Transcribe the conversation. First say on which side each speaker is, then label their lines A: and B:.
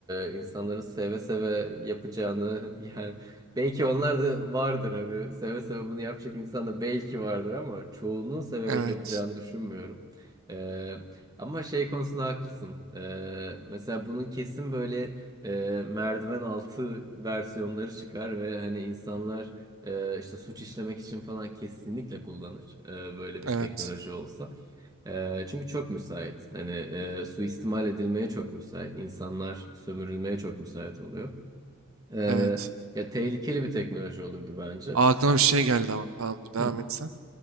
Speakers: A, on the right; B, on the right.
A: e, insanların seve seve yapacağını <laughs> yani belki onlar da vardır hani seve seve bunu yapacak insan da belki vardır ama çoğunluğun severek
B: Evet,
A: yapacağını düşünmüyorum. E, ama şey konusunda haklısın. E, mesela bunun kesin böyle e, merdiven altı versiyonları çıkar ve hani insanlar ee, işte suç işlemek için falan kesinlikle kullanır ee, böyle bir
B: evet,
A: teknoloji olsa. Ee, çünkü çok müsait. Hani e, suistimal edilmeye çok müsait. İnsanlar sömürülmeye çok müsait oluyor. Ee,
B: evet.
A: ya tehlikeli bir teknoloji olurdu bence.
B: Aa, aklıma bir şey geldi ama. Tamamdır devam
A: Hı.
B: et sen.